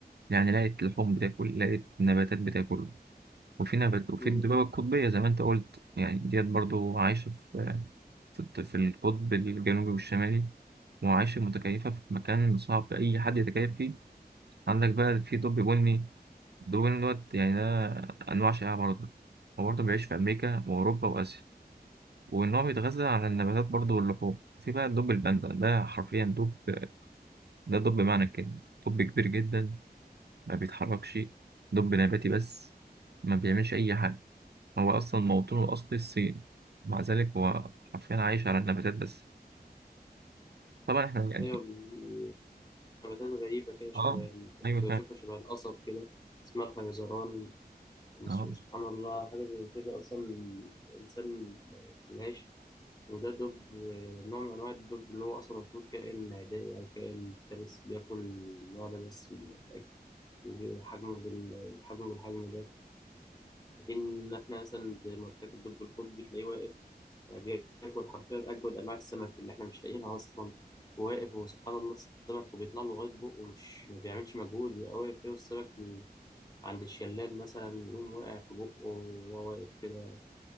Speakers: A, on the right (about 80°); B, on the left (about 25°).
A: يعني لقيت لحوم بتاكل لقيت نباتات بتاكل وفي نبات وفي
B: مم.
A: الدبابة القطبية زي ما أنت قلت يعني ديت برضو عايشة في في في القطب الجنوبي والشمالي وعايشة متكيفة في مكان صعب أي حد يتكيف فيه عندك بقى في دب بني دول إن هو يعني ده أنواع شائعة برضه هو برضه بيعيش في أمريكا وأوروبا وآسيا وإن هو بيتغذى على النباتات برضه واللحوم في بقى الدب الباندا ده حرفيا دب ده دب بمعنى الكلمة دب كبير جدا ما بيتحركش دب نباتي بس ما بيعملش أي حاجة هو أصلا موطنه الأصلي الصين مع ذلك هو حرفيا عايش على النباتات بس طبعا إحنا يعني
B: أيوة بي... نباتات غريبة كده شبه
A: آه
B: ال...
A: أيوة
B: كنت
A: فعلا
B: بشوفها شبه القصب كده اسمها الخيزران بس
A: آه
B: سبحان الله حاجة زي كده أصلا الإنسان ما ياكلهاش وده دب نوع من أنواع الدب اللي هو أصلا المفروض كائن عدائي أو كائن مفترس بياكل النوع ده بس من الأكل. وحجمه بال- والحجم بالحجم ده في حين إن إحنا مثلا زي ما قلت لك الدب القطبي تلاقيه واقف آه، بياكل حرفيا أجود أنواع السمك اللي إحنا مش لاقيينها أصلا وواقف وسبحان الله السمك وبيطلع له لغاية بقه ومش ما بيعملش مجهود يبقى واقف كده والسمك بي- عند الشلال مثلا يقوم واقع في بقه وهو واقف كده